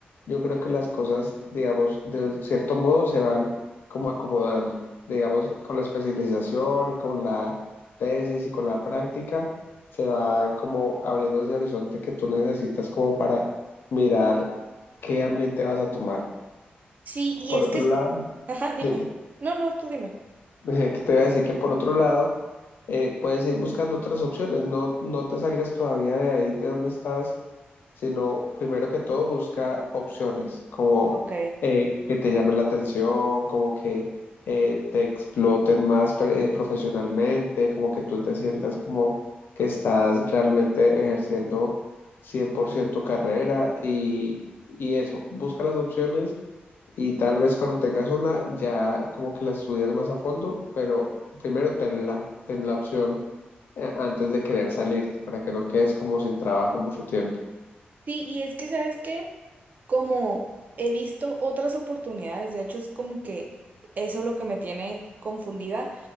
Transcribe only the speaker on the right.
Sí, y
es
que, es-
ajá, dime.
No, no, tú dime.
Ok.
Sí, y es que, ¿sabes qué? Como he visto otras oportunidades, de hecho es como que eso es lo que me tiene confundida,